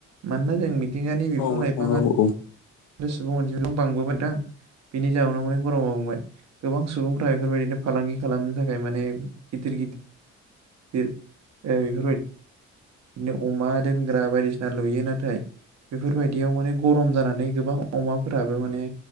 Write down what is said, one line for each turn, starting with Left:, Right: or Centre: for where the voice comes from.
Right: मानोना जों मिथिंगानि बिफां
Left: औ नोंथां
Right: लाइफाङा
Left: औ औ
Right: <unintelligible> सुबुं अनजिमायाबो बांबोबाय नोंथां। बेनि जाउनाव माने गरमा बांबाय। गोबां सुबुंफ्रा बेफोरबायदिनो फालांगि खालामनो थाखाय माने गिदिर गि दिर ओ बिफोरबाय
Left: <inaudible>
Right: बिदिनो अमा दोनग्रा बायदिसिना लुयो नाथाय। बेफोरबायदियाव माने गरम जानानै गोबां अमाफोराबो माने।